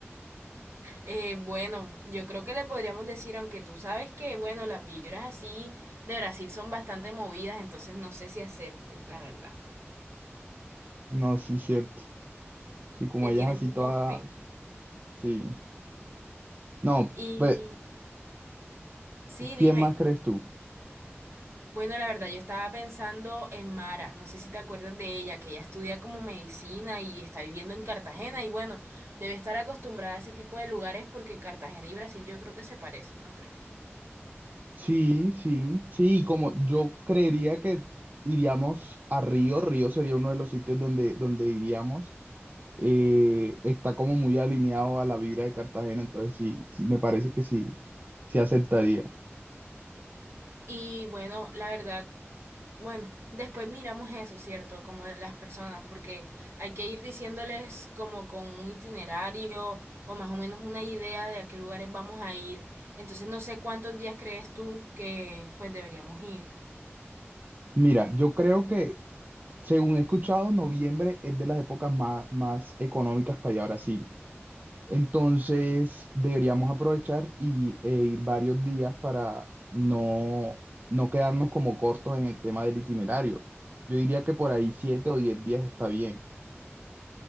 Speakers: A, on the right; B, on the right.
A: Eh, bueno, yo creo que le podríamos decir, aunque tú sabes que, bueno, las vibras así de Brasil son bastante movidas, entonces no sé si acepte, la verdad.
B: No, sí, cierto. Sí, como
A: Le
B: ella
A: tienes
B: es así
A: mucha
B: toda,
A: fe.
B: sí. No,
A: Y
B: pues,
A: sí,
B: ¿quién
A: dime.
B: más crees tú?
A: Bueno, la verdad, yo estaba pensando en Mara, no sé si te acuerdas de ella, que ella estudia como medicina y está viviendo en Cartagena y bueno, debe estar acostumbrada a ese tipo de lugares porque Cartagena y Brasil yo creo que se parecen, ¿no crees?
B: Sí, sí, sí, y como yo creería que iríamos a Río, Río sería uno de los sitios donde, donde iríamos, eh, está como muy alineado a la vibra de Cartagena, entonces sí, sí, me parece que sí, sí aceptaría.
A: Y bueno, la verdad, bueno, después miramos eso, ¿cierto? Como de las personas, porque hay que ir diciéndoles como con un itinerario o más o menos una idea de a qué lugares vamos a ir. Entonces no sé cuántos días crees tú que pues deberíamos ir.
B: Mira, yo creo que, según he escuchado, noviembre es de las épocas más, más económicas para ir a Brasil. Entonces, deberíamos aprovechar y, e ir varios días para no, no quedarnos como cortos en el tema del itinerario. Yo diría que por ahí siete o diez días está bien.